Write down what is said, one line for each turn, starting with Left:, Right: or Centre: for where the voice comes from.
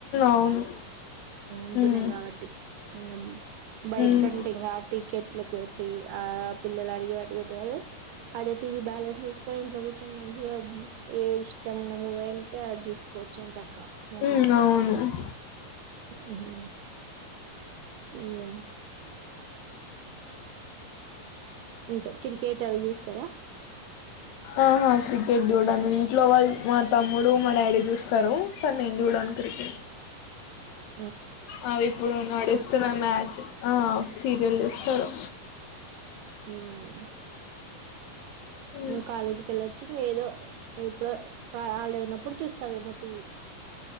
Left: అవును.
Right: ఉంటున్నాయ్
Left: హ్మ్.
Right: కాబట్టి ఇ బయట్
Left: హ్మ్.
Right: కంటడింగా టికెట్లు పెట్టి ఆ పిల్లలు అడిగ వాట్టి పెట్టేవారు అదే టీవీ బ్యాలెన్స్ చేసుకొని ఇంట్లో కూర్చ మంచిగా ఏ ఇష్టం ఉన్న మూవీ అంటే అది చూసుకోవచ్చు ఎం చక్క మూవీస్
Left: హ్మ్. అవును.
Right: ఉహూ ఏ ఇంకా క్రికెట్ అవి చూస్తారా
Left: ఆహా క్రికెట్ జూడను ఇట్లో వాళ్ల్ మా తమ్ముడు మా డాడీ చూస్తారు కానీ నేను చూడను క్రికెట్
Right: అ
Left: అ ఇప్పుడు నడుస్తున్న మ్యాచ్ ఆ సీరియల్ ఇస్తారు
Right: హ్మ్మ్
Left: ఉమ్,
Right: ఏం కాలేజీ కెల్లా ఏదో ఇప్పుడో వాళ్ళు ఉన్నప్పుడు చూస్తావేమో టీవీ